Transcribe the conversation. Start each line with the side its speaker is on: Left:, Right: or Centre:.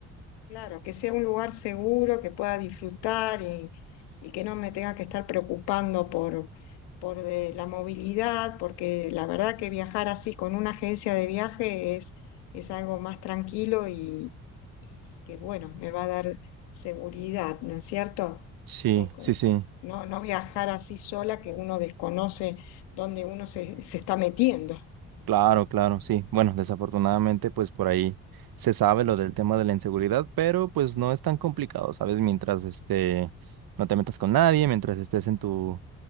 Left: Claro, que sea un lugar seguro, que pueda disfrutar y, y que no me tenga que estar preocupando por, por de la movilidad, porque la verdad que viajar así con una agencia de viaje es, es algo más tranquilo y, y que bueno, me va a dar seguridad, ¿no es cierto?
Right: Sí,
Left: Por, por-
Right: sí, sí.
Left: no, no viajar así sola que uno desconoce dónde uno se, se está metiendo.
Right: Claro, claro, sí. Bueno, desafortunadamente, pues por ahí se sabe lo del tema de la inseguridad, pero pues no es tan complicado, ¿sabes? Mientras este no te metas con nadie, mientras estés en tu